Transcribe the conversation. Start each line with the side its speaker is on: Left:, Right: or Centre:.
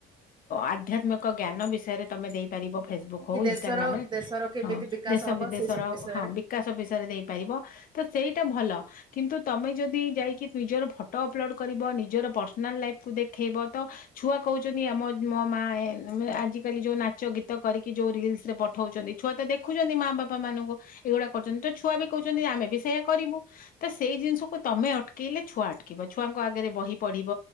Left: ଆଧ୍ୟାତ୍ମିକ ଜ୍ଞାନ ବିଷୟରେ ତମେ ଦେଇ ଫେସବୁ ହଉ
Right: କି ଦେଶର
Left: ଇ୍ରରେ
Right: ଦେଶର କେମିତି
Left: ହଁ
Right: ବିକାଶ
Left: ଦେ
Right: ହବ
Left: ବିଦେଶ
Right: ସେଇ ସବୁ ବିଷୟରେ?
Left: ହ ବିକାଶ ବିଷୟରେ ତ ସେଇଟା ଭଲ କିନ୍ତୁ ତମେ ଯଦି ଯାଇ ନିଜର ଫଟୋ ଅପଲୋଡ଼୍ କରିବ ନିଜର ପର୍ସନାଲ୍ ଲାଇଫ୍କୁ ଦେଖାଇବ ତ ଛୁଆ କହୁଛନ୍ତି ଆମ ମୋ ମା ଆଜିକାଲି ଯୋଉ ନାଚ ଗୀତ କରିକି ଯୋଉ ରିଲସ ରେ ପଠଉଛନ୍ତି। ଛୁଆ ତ ଦେଖୁଛନ୍ତି ମା ବାପା ମାନଙ୍କୁ ଏଇଗୁଡା କରୁଛନ୍ତି ତ ଛୁଆ ବି କହୁଛନ୍ତି ଆମେ ବି ସେୟଆ କରିବୁ। ତ ସେଇ ଜିନିଷକୁ ତମେ ଅଟକେଇଲେ ଛୁଆ ଅଟକିବ। ଛୁଆଙ୍କ ଆଗରେ ବହି ପଢିବ।